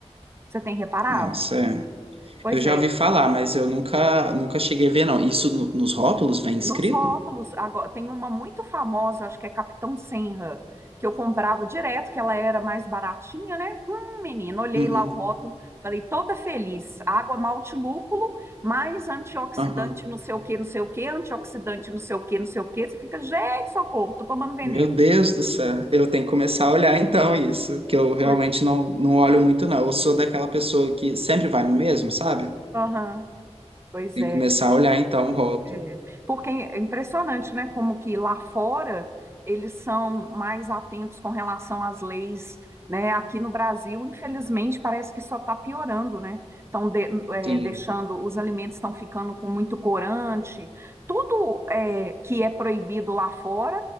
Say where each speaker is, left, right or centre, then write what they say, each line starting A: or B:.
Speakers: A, on the right; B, on the right.
A: Você tem reparado?
B: Nossa, é.
A: Pois
B: Eu já
A: é.
B: ouvi falar, mas eu nunca, nunca cheguei a ver, não. Isso no- nos rótulos vem escrito?
A: Nos rótulos, agora, tem uma muito famosa, acho que é Capitão Senra, que eu comprava direto, que ela era mais baratinha, né? Hum, menino, olhei
B: Uhum,
A: lá o rótulo, falei, toda feliz. Água malte lúpulo, mais antioxidante
B: aham.
A: não sei o que, não sei o que, antioxidante não sei o que, não sei o que. Você fica, gente, socorro, tô tomando veneno.
B: Meu Deus do céu, eu tenho que começar a olhar então isso, que eu realmente
A: Pois,
B: não, não olho muito, não. Eu sou daquela pessoa que sempre vai no mesmo, sabe?
A: aham, pois
B: Tem
A: é.
B: que começar a olhar então o rótulo.
A: É, porque é impressionante, né? Como que lá fora eles são mais atentos com relação às leis, né? Aqui no Brasil, infelizmente, parece que só está piorando, né? Estão de- é,
B: Sim,
A: deixando, os alimentos estão ficando com muito corante, tudo é, que é proibido lá fora,